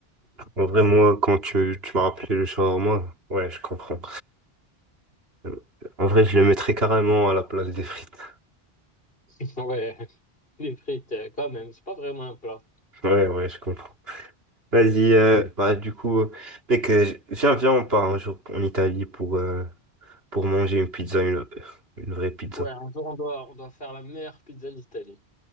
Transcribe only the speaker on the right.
En vrai, moi, quand tu, tu m'as rappelé le shawarma, ouais, je comprends. Euh, En vrai, je le mettrais carrément à la place des frites.
Ouais, ouais, je comprends. Vas-y, euh, bah, du coup, euh, mec, euh, j- viens, viens, on part un jour en Italie pour, euh, pour manger une pizza, une, une vraie pizza.